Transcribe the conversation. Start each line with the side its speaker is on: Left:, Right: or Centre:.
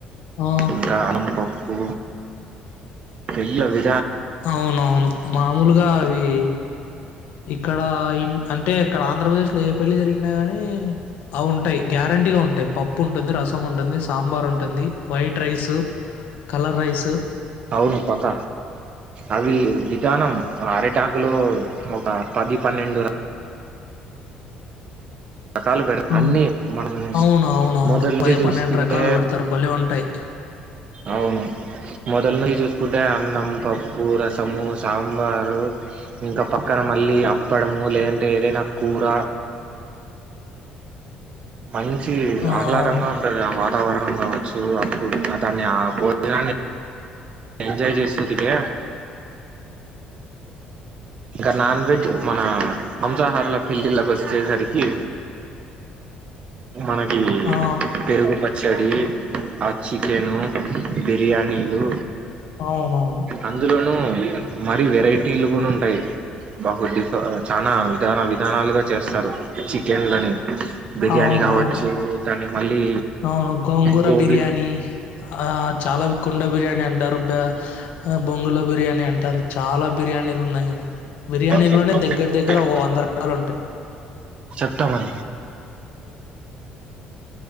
Left: ఆ
Right: ఇంకా అనం పప్పు ఎల్లవి
Left: అవునవును మామూలుగా అవీ ఇక్కడ ఇం అంటే అక్కడ ఆంధ్రప్రదేశ్ లో ఏ పెళ్లి జరిగినా గానీ అవి ఉంటాయి. గ్యారంటీగా ఉంటాయి పప్పు ఉంటుంది రస ముంటుంది సాంబార్ ఉంటుంది వైట్ రైసు కలర్ రైసు.
Right: అవును పక్క అవీ విధానం అరిటాకు లో ఒక పది పన్నెండు రకాలు పెడు
Left: ఆ!
Right: అన్ని మనం
Left: అవును. అవునవును.
Right: మొదల్ నుంచి చూసుకుంటే
Left: రకాలు పెడతారు. భలే ఉంటాయి.
Right: అవును మొదలనుంచి చూసుకుంటే అన్నం, పప్పు, రసము, సాంబారు, ఇంకా పక్కన మళ్ళీ అప్పడము లేదంటే ఏదైనా కూర మంచి
Left: ఆ!
Right: ఆహ్లాదంగా
Left: అవును.
Right: ఉంటుంది ఆ వా తావరణం కావచ్చు అప్పుడు ఆ దాన్ని ఆ భోజనాన్ని ఎంజాయ్ చేస్తు తింటే ఇంక నాన్ వెజ్ మన మాంసాహారుల పెళ్ళిళ్ళకు వచ్చేసరికి మనకి
Left: ఆ!
Right: పెరుగు ప చ్చడి ఆ చికెను, బిర్యానీలు
Left: అవునవును.
Right: అందులోనూ మరి వెరైటీలు కూడ ఉంటాయి. బా డిఫ్ చాన విధాన విధానాలుగా చేస్తరు చికెన్లని బిర్యానీ
Left: అవును
Right: కావచ్చు
Left: అవును
Right: దాన్ని మళ్ళీ
Left: అవును గోంగూర
Right: గోబీ
Left: బిర్యానీ ఆ చాల కుండ బిర్యానీ అం టారు బ్బా ఆ బొంగులో బిర్యానీ అంటారు చాల బిర్యానీలు ఉన్నాయి గదా బిర్యానీ
Right: చెప్తా
Left: లోనే దగ్గర దగ్గర ఓ వంద రకాలు ఉంటాయి
Right: చెప్తామండి